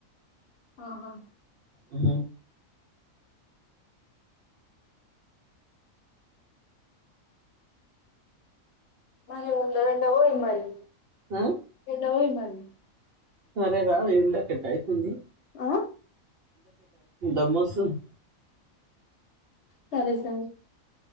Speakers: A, on the left; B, on the right.
A: ఆహా
B: హ్మ్
A: మరి ఉండ ఎండపోయి మరి
B: ఆ
A: ఎండపోయి మరి హ్మ్
B: సరేరా ఎండ ఇట్టయితుంది
A: ఆ
B: దమ్మొస్తుంది
A: సరే సరే